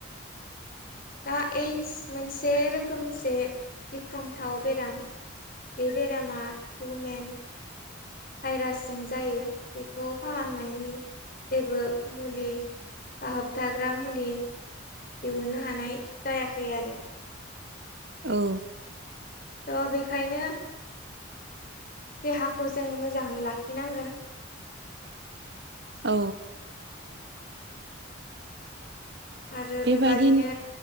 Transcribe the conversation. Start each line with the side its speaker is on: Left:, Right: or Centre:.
Left: दा इद्स मोनसे रोखोमसे गिख्रंथाव बेराम बे बेरामा हिउमेन भाइरासजों जायो बेखौ फाहामनायनि जेबो मुलि बा होबथाग्रा मुलि दिहुननो हानाय जायाखै आरो
Right: औ
Left: थ' बेखायनो देहाखौ जोङो मोजाङै लाखिनांगोन
Right: औ
Left: आरो
Right: बेबायदि
Left: बेबादिनो